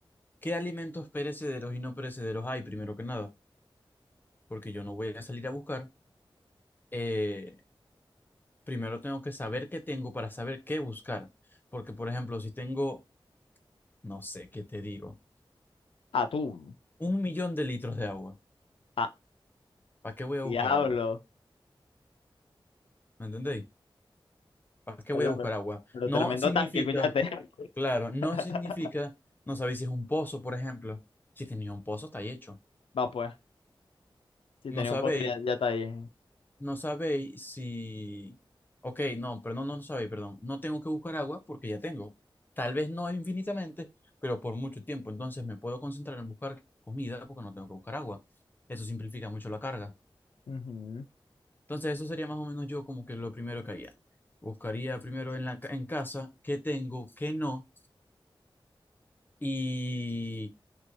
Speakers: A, on the left; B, on the left.
A: qué alimentos perecederos y no perecederos hay, primero que nada, porque yo no voy a salir a buscar. Eh, primero tengo que saber qué tengo para saber qué buscar, porque por ejemplo, si tengo, no sé qué te digo,
B: Atún.
A: un millón de litros de agua,
B: Ah,
A: ¿para qué voy a
B: diablo.
A: buscar agua? ¿Me entendéis? ¿Para qué
B: Perdón,
A: voy a buscar
B: pero,
A: agua?
B: pero
A: No
B: tremendo
A: significa,
B: tanque, escúchate.
A: claro, no
B: <laughs>
A: significa, no sabéis si es un pozo, por ejemplo. Si tenía un pozo, está ahí hecho.
B: Va pues, si
A: No
B: tenía
A: sabéis
B: un pozo ya, ya está ahí.
A: No sabéis si... Ok, no, pero no, no sabéis, perdón. No tengo que buscar agua porque ya tengo. Tal vez no infinitamente, pero por mucho tiempo. Entonces me puedo concentrar en buscar comida porque no tengo que buscar agua. Eso simplifica mucho la carga.
B: Ujú.
A: Entonces eso sería más o menos yo como que lo primero que haría. Buscaría primero en la, ca- en casa qué tengo, qué no. Y